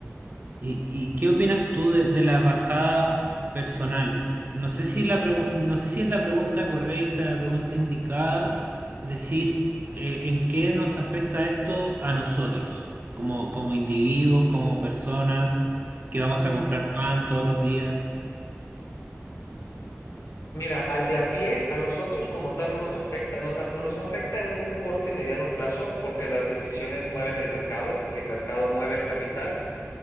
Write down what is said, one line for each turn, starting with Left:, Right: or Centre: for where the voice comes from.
Right: ¿Y, y qué opinas tú de, de la bajada personal? No sé si la pregu- no sé si es la pregunta correcta, la pregunta indicada, decir eh, en qué nos afecta esto a nosotros, como, como individuos, como personas que vamos
Left: Mm,
Right: a comprar pan todos los días.
Left: Mira, al de a pie, a nosotros como tal no nos afecta, nos, af- nos afecta en un corto y mediano plazo porque las decisiones mueven el mercado y el mercado mueve el capital.